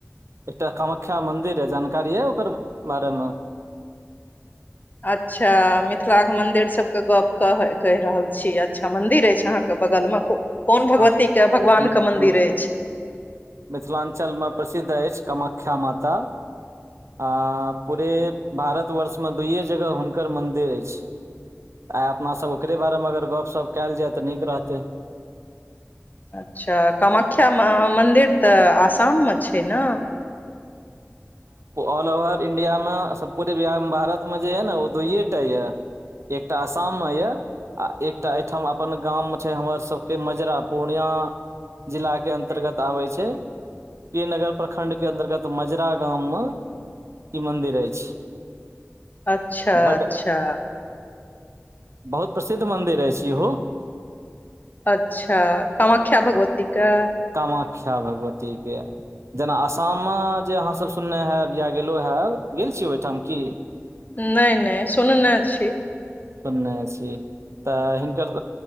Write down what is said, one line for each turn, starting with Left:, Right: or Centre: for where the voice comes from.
Right: एकटा कामख्या मन्दिर यऽ जानकारी यऽ ओकर बारेमे
Left: अच्छा मिथिलाके मन्दिर सबके गप कह कहि रहल छी अच्छा मन्दिर अछि अहाँके बगलमे कोन भगवती
Right: आ
Left: के भगवान
Right: मि-
Left: के मंन्दिर
Right: मि-
Left: अछि
Right: मिथिलाञ्चलमे प्रसिद्ध अछि कामख्या माता आ पूरे भारतवर्षमे दूइए जगह हुनकर मन्दिर अछि आइ अपनासभ ओकरे बारेमे अगर गप सप कयल जाय तऽ नीक रहतै।
Left: हँ, कामाख्या मन्दिर आसाममे छै ने।
Right: ऑल ओवर इण्डियामे, सम्पूर्ण बिहार भारतमे जे यऽ ने, ओ दुइए टा यऽ। एकटा आसाममे यऽ आ एकटा एहिठाम अपन गाममे छै, हमर सभके मजरा पूर्णियाँ। जिलाके अन्तर्गत आबै छै। के नगर प्रखण्डके अन्तर्गत मजरा गाममे ई मन्दिर अछि।
Left: अच्छा
Right: बड
Left: अच्छा
Right: बहुत प्रसिद्ध मन्दिर अछि। इहो
Left: अच्छा कमाख्या भगवतीके?
Right: कमाख्या भगवती के। जेना आसाममे जे अहाँसभ सुनने हैब या गेलँ हैब गेल छी ओहिठाम की?
Left: नहि नहि सुन ने छी
Right: सूने छी तऽ हिनकर